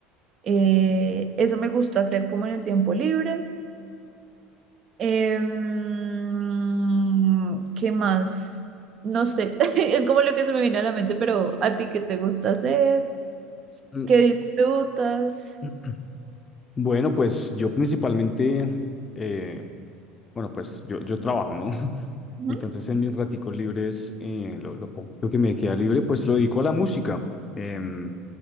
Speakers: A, on the right; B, on the left.
A: Eh, eso me gusta hacer como en el tiempo libre. Em, ¿qué más? No sé, <laughs> es como lo que se me viene a la mente, pero ¿a ti qué te gusta hacer?
B: Mm,
A: ¿Qué disfrutas?
B: <clears throat> Bueno, pues yo principalmente, eh, bueno, pues yo, yo trabajo, ¿no? <laughs>
A: Ujú.
B: Entonces en mis raticos libres, eh, lo, lo poco que me queda libre, pues lo dedico a la música. Em,